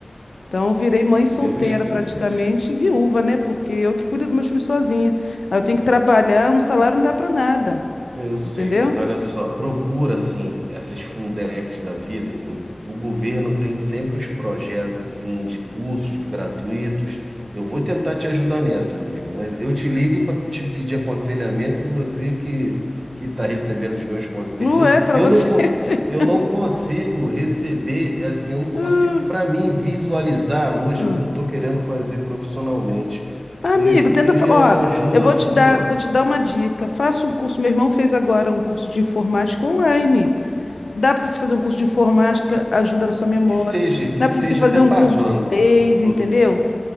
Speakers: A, on the left (about 80°); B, on the right (about 70°).
A: Então, eu virei mãe solteira
B: Meus pêsames.
A: praticamente, e viúva, né? Porque eu que cuido dos meus filhos sozinha. Aí eu tenho que trabalhar, um salário não dá pra nada,
B: Eu sei,
A: entendeu?
B: mas olha só, procura assim essas Fundecs da vida, assim, o governo tem sempre uns projetos assim de cursos gratuitos. Eu vou tentar te ajudar nessa, amiga, mas eu te ligo para te pedir aconselhamento e você que que está recebendo os meus conselhos,
A: Ué,
B: eu,
A: pra
B: eu
A: você.
B: não co-
A: <laughs> ver.
B: eu não consigo receber, assim, eu não consigo
A: Ah,
B: para mim visualizar hoje
A: ah.
B: o que eu estou querendo fazer profissionalmente.
A: Amigo,
B: Por isso que
A: tenta,
B: eu queria
A: fa- ó,
B: uma ajuda
A: eu vou
B: sua.
A: te dar, vou te dar uma dica. Faça um curso, meu irmão fez agora um curso de informática online. Dá pra você fazer um curso de informática, ajuda na sua memória.
B: Que seja, que
A: Dá
B: seja
A: pra você fazer
B: até pagando.
A: um curso de inglês,
B: Você,
A: entendeu?